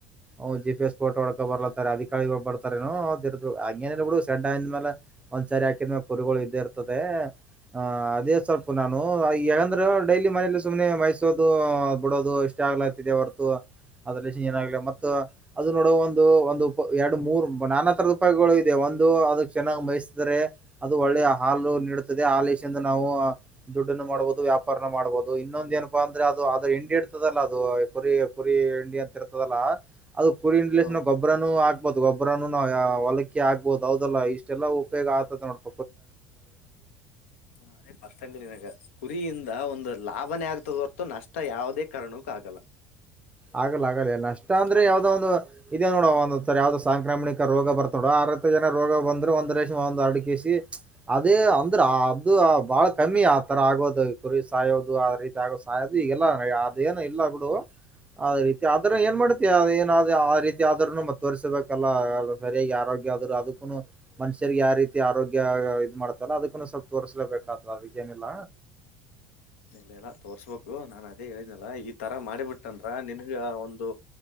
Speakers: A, on the right; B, on the left.
A: ಹ್ ಜಿ ಪಿ ಎಸ್ ಫೋ ಹಡಕ ಬರ್ಲತ ಅಧಿಕಾರಿಿ ಬರ್ತಾರ ಆಂಗೇನ ಬಿಡು ಸೆಡ್ ಅ್ಮಲೆ ಒಂದ್ಸರಿ ಹಾಕಿದ್ಮ್ಯ ಕುರಿಗಳು ಇದ್ದೇ ಇರ್ತದೆ ಆ್ ಅದೇ ಸ್ವಲ್ಪ ನಾನು ಯಕಂದ್ರೆ ಡೈಲಿ ಇಲ್ಲಿ ಮನೇಲಿ ಸುಮ್ನೆ ಮಯಸೋದು ಬಿಡೋದು ಇಷ್ಟ ಆಗ್ಲಾತಿದೆ ಹೊರತು ಅದ್ರ ಏನಾಗಲ ಮ ಮತ್ತು ಅದು ನೋಡುವ ಒಂದು ಒಂದು ಎರಡು ಮೂರ್ ನಾನಾತ್ರರ ರೂಪಾಯಿಗಳು ಇದೆ ದು ಅದಕ್ ಚೆನ್ನಾಗಿ ಮೈ ಅದು ಒಳ್ಳೆ ಹಾಲು ನೀಡುತ್ತದೆ ಹಾಾಲಿಂದ ನಾವು ದುಡ್ಡನ್ನು ಮಾಡಬಹುದು ವ್ಯಾಪಾರನ ಮಾಡಬಹ ಹಬಹದು ಇನ್ನೊಂದ ಏನಪಾ ಅಂದ್ರೆ ಅದು ಅದ್ರೆ ಇಂಡಿ ಇರ್ತದಲ್ಲ ಅದು ಕುರಿ ಕುರಿ ಇಂಡಿ ಅಂತ ಇರ್ತದಲ್ಲ ಅದ ಕುರಿ ಇಂಡಲಸ
B: ಹೌದು
A: ನಾ ಗೊಬ್ರನನು ಹಾಕ್ಬಹದು ಗೊಬರನನು ನಾವು ಹೊಲಕ್ಕಕ್ಕೆ ಹಾಕ್ಬಹದು ಹೌದಲ್ಲ ಇಷ್ಟೆಲ್ಲವು ಕ
B: ಹಾ ಅದೇ ಬರ್ತಾದೀನಿ ನಿನಗ ಕುರಿಯಿಂದ ಒಂದು ಲಾಭನೇ ಆಗ್ತದ ಹೊಥ ನಷ್ಟ ಯಾವುದೇ ಕಾರಣಕ್ಕೂ ಆಗಲ್ಲ
A: ಆಗಲ್ಲ ಆಗಲ್ಲ ನಷ್ಟ ಅಂದ್ರೆ
B: ನಾ ಮತ್ತೆ
A: ಯಾವ್ದೋ ಒಂದು ಇದದೆ ನೋಡ ಒಂದರ ಯಾವ್ದ ಸಾಂಕ್ರಾಮಿಕ ರೋಗ ಬರ್ತಾ ಆರ್ ಹತ್ತು ಜನ ರೋಗ ಬಂದ್ರೆ ಒಂದಂದು ಲಕ್ಷ ಒಂದ್ ಎರಡು ಕೆ ಸಿ ಅದೇ ಅಂದ್ರ ಅದದು ಬಾಳ ಕಮ್ಮಿ ಆತರ ಆಗೋದ ಕುರಿ ಸಾಯೋದು ಅ ರೀತಿ ಆಗೋದು ಸಾಯೋದು ಈಗೆಲ್ಲ ಅದೇನ ಇಲ್ಲ ಗುಡು ಅ ರೀತಿ ಆದದ್ರ ಏನ್ ಮಾಡತಿ ಅ ಏನಾದ ಆ ರೀತಿ ಆದ್ರರುನು ಮ ತೋರ್ಸಬೇಕಲ್ಲ ಸರಿಯಾಗಿ ಆರೋಗ್ಯ ಅದಕ್ಕೂನು ಮನುಷ್ಯರಿಗೆ ಯಾವ ರೀತಿ ಆರೋಗ್ಯ ಇದು ಮಾಡ್ತಲ್ಲ ಅದಕ್ಕೂ ಸ್ವಲ್ಪ ತೋರಿಸಲೇಬೇಕಾದದು ಅದಕ್ಕೆ ಲ್ಲ
B: ಇಲ್ಲ ಎಲ್ಲ ತೋರ್ಸ್ಬೇಕು ನಾನ್ ಅದೇ ಹೇಳಿದ್ನಲ್ಲ ಈ ತರ ಮಾಡಿಬಿಟ್ಟಂದ್ರ ನಿನ್ಗ ಒಂದು